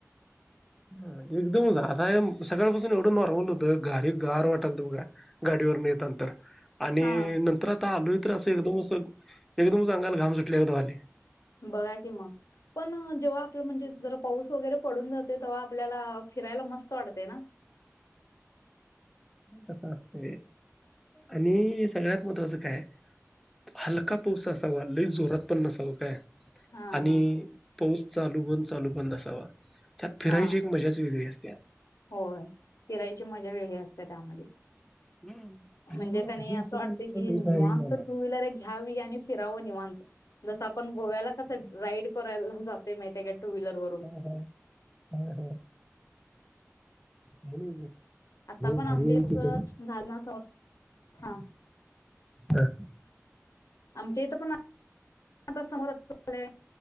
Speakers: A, in the centre; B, on the left (about 80°).
A: ह एकदमच आता सकाळपासून एवढं नॉर्मल होतं घारी गार वाटलत बघा गाडीवरून येताना तर आणि
B: हा
A: नंतर आता आलोय तर असं एकदमच एकदमच अंगाला घाम सुटल्या गत व्हालंय.
B: बघा की मग पण जेव्हा आपलं म्हणजे जरा पाऊस वगैरे पडून जाते तेव्हा आपल्याला फिरायला मस्त वाटते ना?
A: कस असत आणि सगळ्यात महत्वाचं काय हलका पाऊसा असावा लई जोरात पण नसावं काय
B: हा
A: आणि
B: हा
A: पाऊस चालू बंद, चालू बंद असावा. त्यात फिरायची
B: हा
A: एक मजाच वेगळी असते.
B: होय किरायची मजा वेगळी असते त्यामध्ये
A: हम्म. आणि
B: म्हणजे
A: आम्ही
B: काणी
A: आधी
B: असं वाटत
A: काही
B: कि
A: लई
B: निवनत
A: बाहेर जाणार.
B: टू व्हीलर घ्यावी आणि फिरावं निवांत जसं आपण गोव्याला कसं राईड करायला जाते माहिती आहे का टू व्हीलरवरून
A: हो हो हो नाही
B: आता पण
A: भारी
B: आमच्या
A: आहे
B: इथं
A: त
B: झाड ना समोर हा
A: हम
B: आमच्या इथ पण आता समोर चे